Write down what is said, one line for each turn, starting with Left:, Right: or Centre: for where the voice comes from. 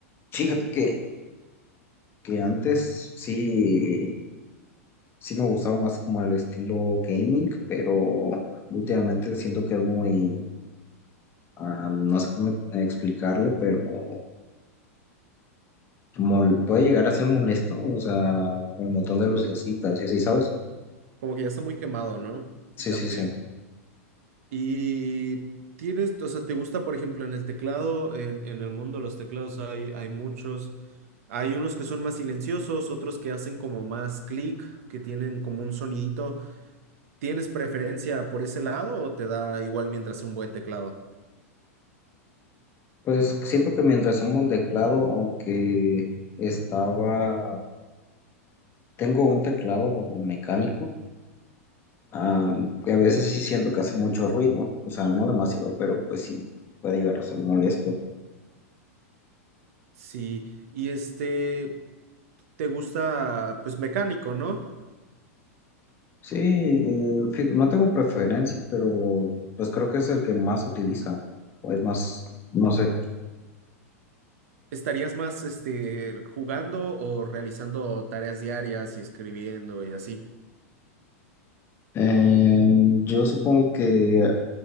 Left: Fíjate que, que antes sí, sí me gustaba más como el estilo gaming, pero últimamente siento que es muy ah, no sé cómo explicarlo, pero mol- puede llegar a ser molesto, o sea, el montón de lucecitas y así, ¿sabes?
Right: Como que ya está muy quemado, ¿no?
Left: Sí,
Right: También.
Left: sí, sí.
Right: ¿Y tienes, o sea, te gusta, por ejemplo, en el teclado, en, en el mundo de los teclados hay, hay muchos. Hay unos que son más silenciosos, otros que hacen como más clic, que tienen como un sonidito. ¿Tienes preferencia por ese lado o te da igual mientras sea un buen teclado?
Left: Pues siento que mientras un buen teclado, aunque estaba, tengo un teclado mecánico, ah, que a veces sí siento que hace mucho ruido, o sea, no demasiado, pero pues sí, puede llegar a ser molesto.
Right: Sí, y este, te gusta pues mecánico, ¿no?
Left: Sí, eh, fí- no tengo preferencia, pero pues creo que es el que más se utiliza, o es más, no sé.
Right: ¿Estarías más este jugando o realizando tareas diarias y escribiendo y así?
Left: Eh, yo supongo que